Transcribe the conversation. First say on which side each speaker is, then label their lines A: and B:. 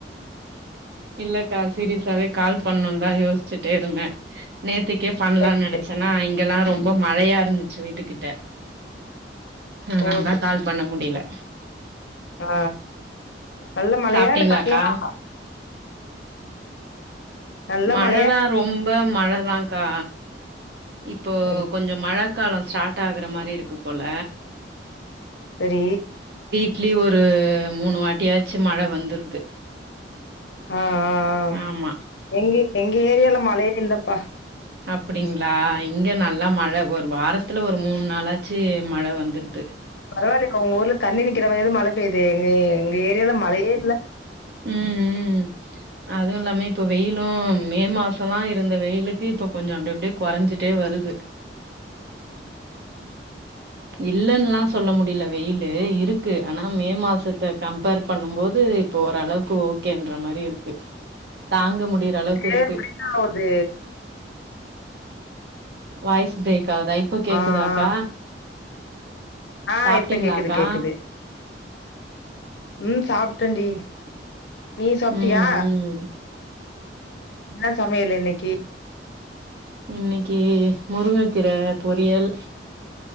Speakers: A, on the right (about 65°); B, on the left (about 75°).
A: இல்லக்கா சீரியஸாவே கால் பண்ணணுணு தா யோசிச்சுட்டே இருந்தே நேத் த்துக்கே பண்லானு
B: சரி
A: நெனைச்சேன்னா
B: சரி
A: இங்கெல்லா ரொம்ப மழையா இருந்துச்சு வீட்டுக்கிட்ட அதனாலதா
B: ஓ சரி
A: கால் பண்ண முடியல
B: ஆ நல்ல மழையா
A: சாப்ட்டீங்களாக்கா
B: இல்ல கம்மியாவா நல்ல
A: மழல்லா
B: மழையா
A: ரொம்ப மழதாக்கா இப்போ
B: சரி
A: கொஞ்ச மழ கால ஸ்டார்ட் ஆகுற மாரி இருக்கு போல
B: சரி
A: ட்லி ஒரு மூணு வாட்டியாச்சு மழ வந்துருது
B: ஆ ஆ ஆ
A: ஆமா
B: எங்க எங்க ஏரியால மழையே இல்லப்பா
A: அப்டிங்களா இங்க நல்லா மழ ஒரு வாரத்துல ஒரு மூணு நாளாச்சு மழ வந்துடுது
B: பரவால்ல உங்க ஊர்ல தண்ணி நிக்கிற மாரியாது மழ பெயுதே எங்க எங்க ஏரியால மழையே இல்ல
A: ம் ம் அதுவு இல்லாம இப்ப வெயிலு மே மாசல்லா இருந்த வெயிலுக்கு இப்ப கொஞ்ச அப்டி அப்டியே கொறஞ்சிட்டே வருது இல்லன்னுல்லா சொல்ல முடியல வெயிலு இருக்கு ஆனா மே மாசத்த கம்பேர் பண்ணும் போது இப்போ ஓரளவுக்கு ஓகேன்ற மாரி இருக் கு தாங்க முடியிற அளவுக்கு
B: அப்டியே
A: இருக்கு
B: பிரேக் ஆவுது
A: வாய்ஸ் பிரேக் ஆகுதா இப்ப கேக்குதாக்கா
B: ஆ ஆ ஆ
A: சாப்ட்டீங்களாக்கா
B: இப்ப கேக்குது கேக்குது ம் சாப்டன் டி நீ சாப்டியா
A: ம் ம்
B: என்ன சமையல் இன்னைக்கி
A: இன்னிக்கி முருங்கக்கீர பொரியல்